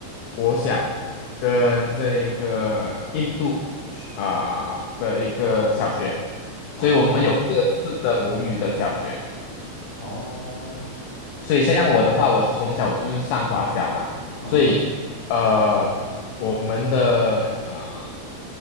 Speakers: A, on the left (about 75°); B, on the left (about 60°).
A: 国小跟这个印度
B: 哦
A: 啊、呃的一个小学，
B: 哦
A: 所以我们有各自的母语的小学。
B: 哦，
A: 所以像我的话，
B: 嗯
A: 我从小我就是上华小嘛，
B: 嗯
A: 所以呃，我们的呃